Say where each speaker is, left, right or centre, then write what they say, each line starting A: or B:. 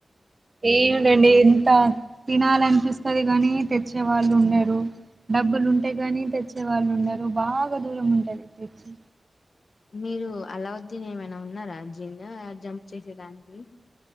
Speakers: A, on the right (about 35°); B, on the left (about 75°).
A: ఏమిటండి
B: మీరు
A: ఎంత తినాలనిపిస్తది గానీ తెచ్చే వాళ్ళు ఉండరు డబ్బులు ఉంటాయి కానీ తెచ్చే వాళ్ళు ఉన్నారు బాగా దూరం ఉంటది తెచ్చి
B: మీరు అలవుద్దీని ఏమైనా ఉన్నారా జిన్ జంప్ చేసేదానికి